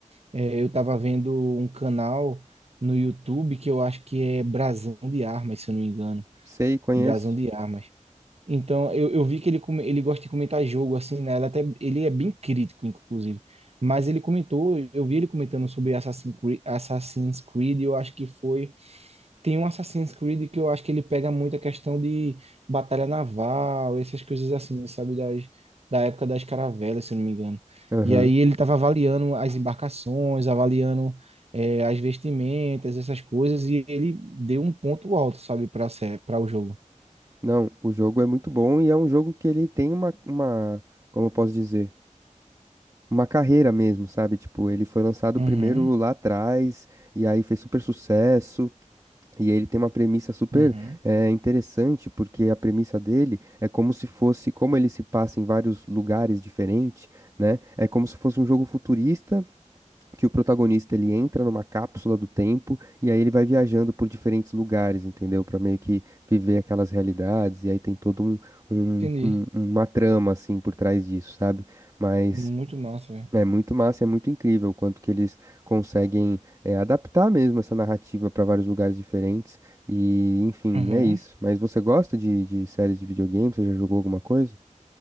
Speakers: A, on the right; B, on the right.
A: é, eu estava vendo um canal no YouTube que eu acho que é Brasão de Armas, se eu não me engano,
B: Sei, conheço.
A: Brasão de Armas. Então, eu, eu vi que ele, come- ele gosta de comentar jogo, assim, né? Ele, até, ele é bem crítico, inclusive. Mas ele comentou, eu vi ele comentando sobre Assassin's Creed, Assassin's Creed, eu acho que foi. Tem um Assassin's Creed que eu acho que ele pega muito a questão de batalha naval, essas coisas assim, sabe? Das, da época das caravelas, se eu não me engano.
B: Aham.
A: E aí ele estava avaliando as embarcações, avaliando eh, as vestimentas, essas coisas, e ele deu um ponto alto, sabe, para para o jogo.
B: Não, o jogo é muito bom e é um jogo que ele tem uma, uma, como eu posso dizer, uma carreira mesmo, sabe? Tipo, ele foi lançado
A: Uhum,
B: primeiro lá atrás e aí fez super sucesso. E ele tem uma premissa super
A: uhum.
B: eh, interessante, porque a premissa dele é como se fosse, como ele se passa em vários lugares diferentes, né? É como se fosse um jogo futurista que o protagonista ele entra numa cápsula do tempo e aí ele vai viajando por diferentes lugares, entendeu? Pra meio que viver aquelas realidades e aí tem todo um, um-
A: Entendi.
B: um- uma trama assim por trás disso, sabe? Mas
A: Muito massa, velho.
B: é muito massa, é muito incrível o quanto que eles conseguem é, adaptar mesmo essa narrativa pra vários lugares diferentes e enfim,
A: Aham.
B: é isso. Mas você gosta de, de séries de videogame? Você já jogou alguma coisa?